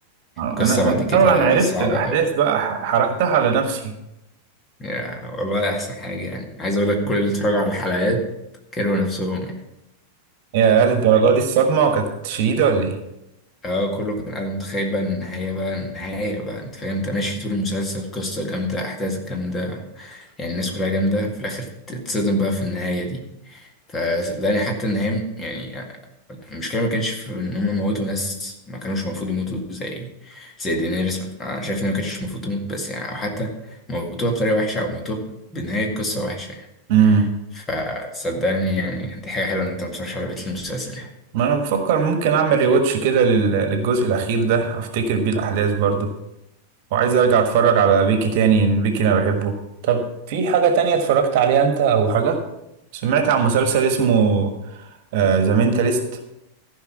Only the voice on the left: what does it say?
قصة
بعد
كده
صعبة
أوي
يا والله أحسن حاجة يعني عايز أقول لك كل اللي اتفرجوا على الحلقات كرهوا نفسهم يعني
اه كله كان قاعد متخيل بقى النهاية بقى النهاية بقى أنت فاهم أنت ماشي طول المسلسل قصة جامدة أحداث جامدة يعني الناس كلها جامدة في الآخر تتصدم بقى في النهاية دي فصدقني حتى النهاية يعني المشكلة ما كانش في إن هم موتوا ناس ما كانوش المفروض يموتوا زي زي دينيريس أنا شايف إن ما كانتش المفروض تموت بس يعني أو حتى موتوها بطريقة وحشة أو موتوها بنهاية قصة وحشة يعني.
فصدقني يعني دي حاجة حلوة إن أنت متفرجش على بيت المسلسل يعني